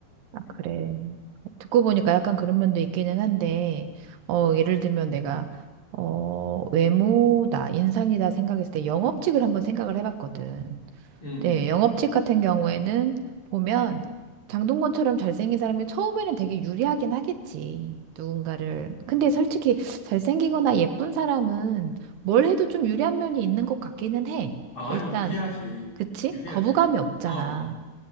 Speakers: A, on the right (about 85°); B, on the left (about 30°).
A: 아,
B: 음.
A: 그래. 듣고 보니까 약간 그런 면도 있기는 한데, 어, 예를 들면 내가, 어, 외모다, 인상이다 생각했을 때 영업직을 한번 생각을 해봤거든.
B: 음.
A: 네, 영업직 같은 경우에는 보면 장동건처럼 잘생긴 사람이 처음에는 되게 유리하긴 하겠지. 누군가를. 근데 솔직히 잘생기거나 예쁜 사람은 뭘 해도 좀 유리한 면이 있는 것 같기는 해.
B: 아,
A: 일단,
B: 유리하지.
A: 그치?
B: 유리하지.
A: 거부감이 없잖아.
B: 어.